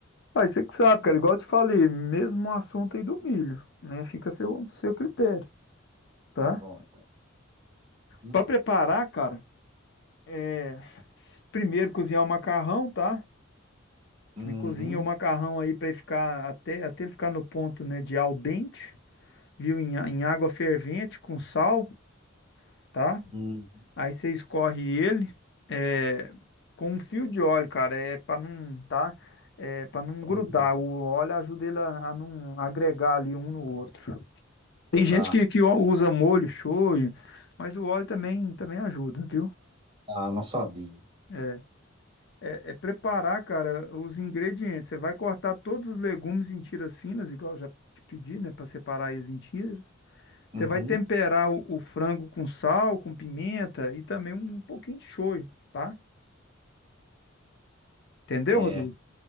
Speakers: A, on the left (about 60°); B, on the right (about 30°).
A: Aí você que sabe, cara. Igual eu te falei, mesmo assunto aí do milho, né? Fica a seu, seu critério, tá?
B: Tá bom, então. Uhum.
A: Para preparar, cara, é... s- primeiro cozinhar o macarrão, tá?
B: Uhum.
A: Cozinha o macarrão aí para ele ficar até, até ele ficar no ponto, né, de al dente, viu? Em, a- em água fervente com sal, tá?
B: Uhum.
A: Aí você escorre ele é, com um fio de óleo, cara, é para não, tá? É para não
B: Pra
A: grudar.
B: não grudar.
A: O óleo ajuda ele a, a não agregar ali um no outro. Tem gente
B: Tá.
A: que, que usa molho shoyu, mas o óleo também também ajuda, viu?
B: Ah, não sabia.
A: É, é, é preparar, cara, os ingredientes. Você vai cortar todos os legumes em tiras finas, igual eu já te pedi, né, para separar eles em tiras. Você
B: Uhum.
A: vai temperar o, o frango com sal, com pimenta e também um pouquinho de shoyu, tá? Entendeu,
B: Certo.
A: Rodrigo?